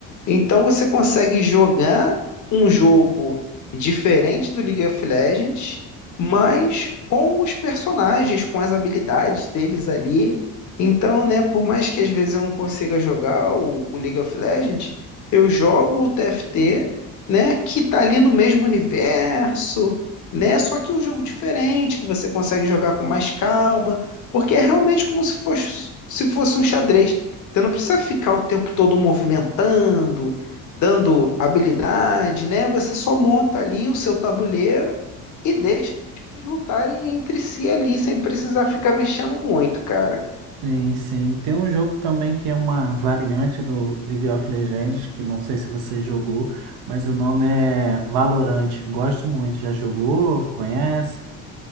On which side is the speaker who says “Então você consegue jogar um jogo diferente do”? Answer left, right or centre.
Left